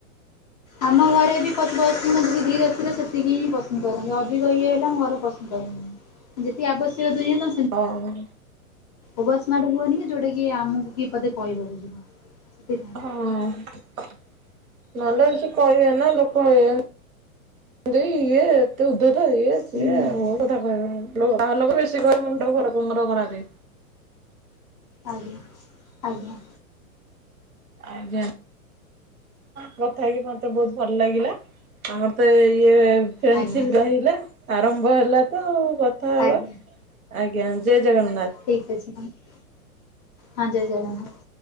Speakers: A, on the left (about 30°); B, on the right (about 75°).
A: ଆମ ଘରେ ବି <unintelligible> ଅଛନ୍ତି ଟିକେ ଧୀରେ। ତିର ସେତିକି ହିଁ ପସନ୍ଦ କରନ୍ତି ଅଧିକ ଇଏ ହେଲେ ଆମ ଘର ପସନ୍ଦ କରନ୍ତିନି ଯେତିିକି ଆବଶ୍ୟକ ଦୁନିଆଁରେ
B: ଓହୋ।
A: ଓଭର୍ ସ୍ମାର୍ଟ ହୁଅନି କି ଯୋଉଟା କି ଆମକୁ କିଏ ପଦେ କହିବାକୁ ଯିବ। ସେଥିପାଇଁ।
B: ହଁ ନହେଲେ ସିଏ କହିବେ ନା ଲୋକ ମେନ୍। ଯେଇ ଇଏ ଏତେ ଉଦ୍ଧତ ଏଇଆ ସେଇଆ
A: ହୁଁ।
B: ବୋହୁତ କଥା କହିବେ। ଲୋ ବାହାର ଲୋକ ବେଶୀ କଇବେ ମୁଣ୍ଡ ଘରକଙ୍କର ଖରାପେ।
A: ଆଜ୍ଞା ଆଜ୍ଞା।
B: ଆଜ୍ଞା। କଥା ହେଇକି ମତେ ବୋହୁତ ଭଲ ଲାଗିଲା। ଆମର ତ ଏ ଇଏ ଫ୍ରେଣ୍ଡସିପ୍
A: ଆଜ୍ଞା
B: ରହିଲା। ଆରମ୍ଭ ହେଲା ତ ଆଉ କଥା ହବା
A: ଆଜ୍ଞା
B: ଆଜ୍ଞା ଜୟ ଜଗନ୍ନାଥ।
A: ଠିକ୍ ଅଛି ମାମ୍। ହଁ ଜୟ ଜାଗନ୍ନା